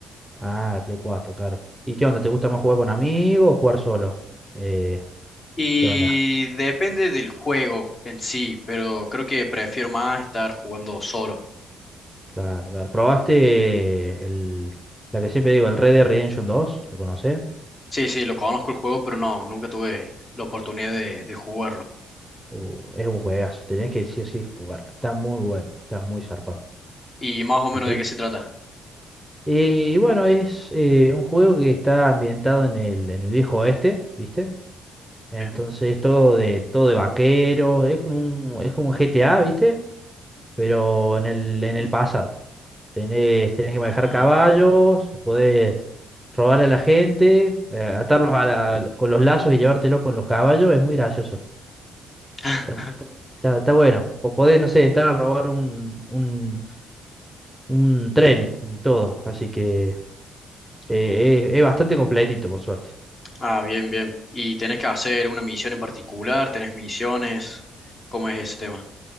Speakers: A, in the centre; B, on the left.
A: Ah, el Play 4, claro. ¿Y qué onda? ¿Te gusta más jugar con amigos o jugar solo? Eh,
B: Y
A: ¿qué onda?
B: depende del juego en sí, pero creo que prefiero más estar jugando solo.
A: Claro, claro. ¿Probaste el, la que siempre digo, el Red Dead Redemption dos? ¿Lo conocés?
B: Sí, sí, lo conozco el juego, pero no, nunca tuve la oportunidad de, de jugarlo.
A: Uh, es un juegazo, tenés que sí o sí jugarlo. Está muy bueno, está muy zarpado.
B: ¿Y más o menos
A: Y te,
B: de qué se trata?
A: Eh, Y bueno, es eh, un juego que está ambientado en el, en el viejo oeste, ¿viste? Entonces
B: Bien.
A: todo de, todo de vaqueros, es como un, es como un GTA, ¿viste? Pero en el, en el pasado. Tenés, tenés que manejar
B: Ah.
A: caballos, podés robarle a la gente, eh, atarlos a la- con los lazos y llevártelos con los caballos, es muy gracioso.
B: <laughs>
A: Está, está- está bueno. O podés, no sé, entrar a robar un, un, un tren, todo. Así que eh, es es bastante completito, por suerte.
B: Ah, bien, bien. ¿Y tenés que hacer una misión en particular? ¿Tenés misiones? ¿Cómo es ese tema?